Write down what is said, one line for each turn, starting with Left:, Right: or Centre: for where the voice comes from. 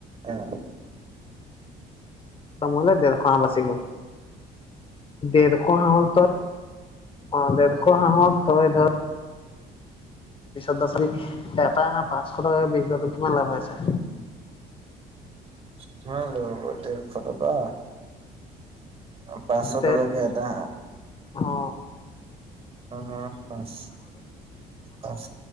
Right: অ
Left: মলে ডেৰশ হাঁহ বাচি গ'ল ডেৰশ হাঁহ তই অ ডেৰশ হাঁহত তই ধৰ পিছত দচলী এটা আহা পাঁচশ টকা কৈ বিক্ৰী কৰিলে কিমান লাভ আছে
Right: কিমান লব ডেৰশ টকা পাঁচশ
Left: তে
Right: টকা কে এটা
Left: অ
Right: অ পচ পচ